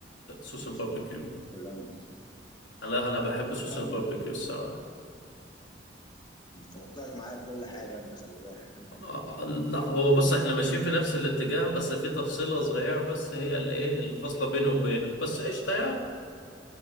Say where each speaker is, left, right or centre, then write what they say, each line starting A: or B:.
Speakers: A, on the left; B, on the left.
A: صوص
B: اللي
A: الباربيكيو
B: اسمه ده الرمل
A: انا انا بحب صوص
B: لا
A: الباربيكيو
B: يعني
A: الصراحه
B: انت مقتنع معايا بكل حاجه انت خلي بالك
A: آه آه، لا هو بص احنا ماشيين في نفس الاتجاه بس في تفصيله صغيره بس هي اللي ايه اللي فاصله بيني وبينك بس قشطه يعني